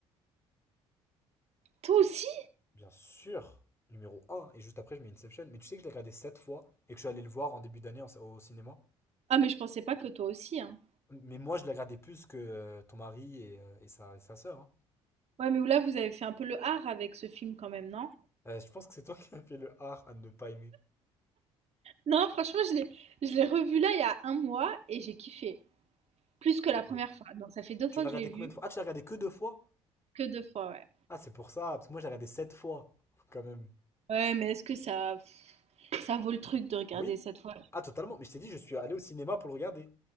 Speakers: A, on the right; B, on the left.
A: Toi aussi?
B: Bien sûr. Numéro un Et juste après, je mets Inception. Mais tu sais que je l'ai regardé 7 fois et que je suis allé le voir en début d'année en- au cinéma.
A: Ah, mais je pensais pas que toi aussi, hein.
B: Mais moi, je la gardais plus que euh, ton mari et, euh, et sa, et sa sœur. hein.
A: Ouais, mais là, vous avez fait un peu le art avec ce film quand même, non?
B: Euh, je pense que c'est toi <laughs> qui as fait le art à ne pas aimer.
A: Non, franchement, je l'ai, je l'ai revu là il y a un mois et j'ai kiffé. Plus que
B: Ok.
A: la première fois. Donc ça fait deux fois
B: Tu l'as
A: que
B: regardé
A: je l'ai vu,
B: combien de fois? Ah, tu l'as regardé que deux fois?
A: que deux fois, ouais.
B: Ah, c'est pour ça, parce que moi, je l'ai regardé sept fois, <laughs> quand même.
A: Ouais, mais est-ce que ça, pff, ça vaut le truc de regarder
B: Oui?
A: cette fois?
B: Ah, totalement. Mais je t'ai dit, je suis allé au cinéma pour le regarder,